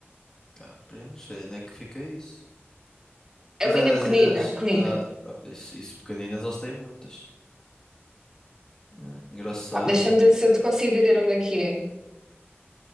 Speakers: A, on the left (about 15°); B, on the right (about 15°).
A: Capri, não sei onde é que fica isso.
B: É
A: Mas
B: uma
A: é
B: ilha
A: das
B: pequenina,
A: ilhas.
B: pequenina.
A: Ah, ah, isso, isso pequeninas, eles têm muitas. Ah, engraçado.
B: Pá, Deixa-me ver
A: Tem
B: se eu
A: que-
B: te consigo dizer onde é que é.